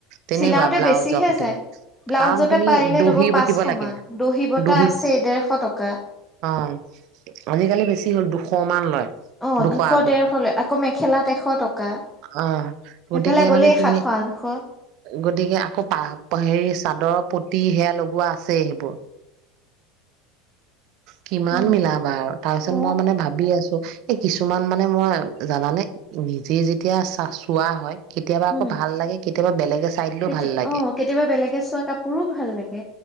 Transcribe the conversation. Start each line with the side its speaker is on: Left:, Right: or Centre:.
Right: তেনেকুৱা
Centre: চিলাওতে
Right: ব্লাউজৰ
Centre: বেছিহে
Right: সৈতে
Centre: যায়। ব্লাউজতে
Right: কাৰণ তুমি
Centre: পাৰিলে
Right: দহি
Centre: ল'ব পাঁচশ
Right: বাতিব লাগে
Centre: মান, বতা
Right: দহি
Centre: আছেই ডেৰশ টকা।
Right: অ আজিকালি বেছি হ'ল দুখ সমান লয়
Centre: অ
Right: দুশ আঢ়ৈশ
Centre: ডেৰশ লয়, আকৌ মেখেলাত এশ টকা।
Right: আহ
Centre: সেইফালে
Right: গতিকে
Centre: গ'লেই
Right: মানে তুমি
Centre: সাতশ আঠশ।
Right: গতিকে আকৌ হেৰি চাদৰৰ পু সেয়া লগোৱা আছেই সেইবোৰ কিমান
Centre: উম।
Right: মিলাবা আৰু তাৰ পিছত
Centre: অ
Right: মই মানে ভাবি আছো এই কিছুমান মানে মই জানানে নিজে যেতিয়া চা চোৱা হয় কেতিয়াবা আকৌ
Centre: উম
Right: ভাল লাগে কেতিয়াবা বেলেগে চাই দিলেও
Centre: কেতিয়াবা
Right: ভাল লাগে।
Centre: অ কেতিয়াবা বেলেগে চোৱা কাপোৰো ভাল লাগে।